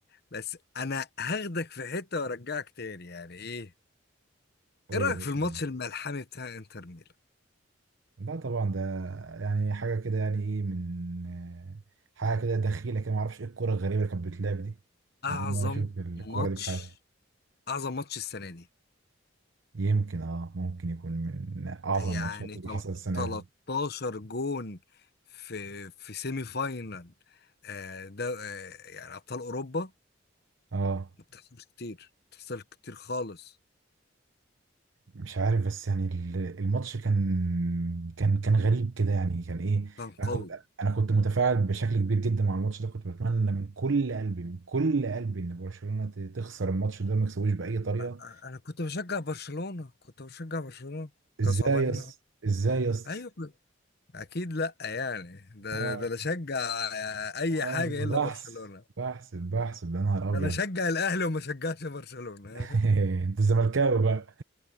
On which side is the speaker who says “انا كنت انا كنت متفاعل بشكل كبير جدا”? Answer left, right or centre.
Right